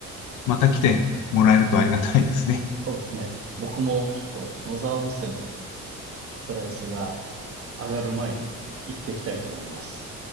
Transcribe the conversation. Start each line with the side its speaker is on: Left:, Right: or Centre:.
Left: また来てもらえるとありがたいですね。
Right: そうですね。僕もちょっと野沢温泉のプライスが上がる前に行ってきたいと思います。